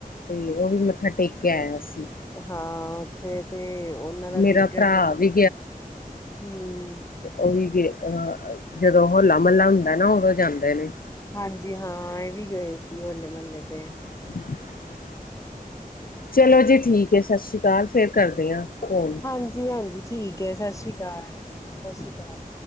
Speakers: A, on the left; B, on the left.
A: ਤੇ ਉਹ ਵੀ ਮੱਥਾ ਟੇਕ ਕੇ ਆਇਆ ਸੀ।
B: ਹਾਂ ਉੱਥੇ ਤੇ ਉਹਨਾਂ ਦਾ
A: ਮੇਰਾ
B: ਦਿਲ ਕਰਦਾ
A: ਭਰਾ ਵੀ
B: ਹਮ
A: ਉਹੀ ਅ ਜਦੋਂ ਹੋਲਾ ਮਹੱਲਾ ਹੁੰਦਾ ਨਾ ਉਦੋਂ ਜਾਂਦੇ ਨੇ।
B: ਹਾਂਜੀ ਹਾਂ ਇਹ ਵੀ ਗਏ ਸੀ ਹੋਲੇ ਮਹੱਲੇ ਤੇ।
A: <inaudible> ਚਲੋ ਜੀ ਠੀਕ ਹੈ ਸਤਿ ਸ਼੍ਰੀ ਅਕਾਲ ਫੇਰ ਕਰਦੀ ਹਾਂ। ਫੋਨ
B: ਹਾਂਜੀ ਹਾਂਜੀ ਠੀਕ ਹੈ ਸਤਿ ਸ਼੍ਰੀ ਅਕਾਲ ਸਤਿ ਸ਼੍ਰੀ ਅਕਾਲ।